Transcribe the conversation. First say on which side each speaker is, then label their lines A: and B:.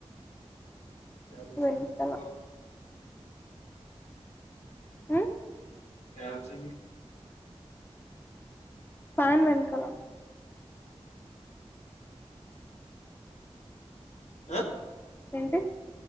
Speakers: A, on the left; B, on the left.
A: చజప్ప
B: వెనకాల ఉ
A: కాచ్చా
B: ఫ్యాన్ వెనకల
A: ఆ
B: ఏంటి